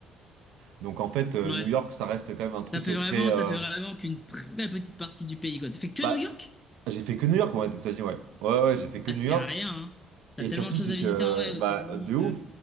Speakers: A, on the right; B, on the left.
A: donc en fait, euh,
B: Ouais.
A: New York, ça reste quand même un truc
B: T'as fait
A: euh,
B: vraiment,
A: très. euh,
B: t'as fait vraiment qu'une très petite partie du pays, quoi. T'as fait que
A: Bah,
B: New York?
A: j'ai fait que New York, moi, ça dit, ouais. Ouais, ouais, j'ai fait que
B: Ah,
A: New
B: c'est
A: York.
B: rien, hein. T'as
A: Et
B: tellement
A: surtout,
B: de choses
A: c'est
B: à
A: que.
B: visiter
A: euh,
B: en vrai aux
A: Bah,
B: États-Unis.
A: de ouf.
B: euh,